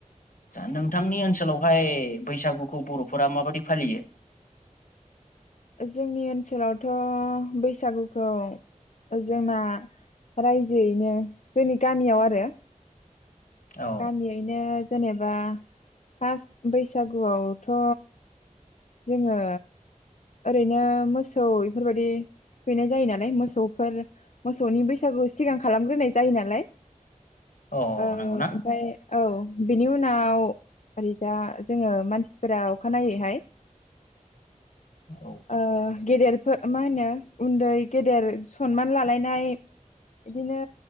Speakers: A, on the left; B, on the left.
A: आ नोंथांनि ओनसोलावहाय बैसागुखौ बर'फोरा माबादि फालियो।
B: जोंनि ओनसोलावथ' बैसागु खौ जोंना रायजोयैनो जोंनि गामियाव आरो
A: औ
B: गामियैनो जेनेबा फास बैसागुआवथ जोङो ओरैनो मोसौ इफोरबायदि थुखैनाय जायो नालाय मोसौफोर मोसौनि बैसागु सिगां खालामग्रोनाय जायो नालाय।
A: अ
B: ओ
A: नंगौना
B: ओमफाय औ बेनि उनाव ओरैजा जोङो मानसिफोरा अखानायैहाय
A: औ
B: ओ गेदेरफोर मा होनो उन्दै गेदेर सनमान लालायनाय बिदिनो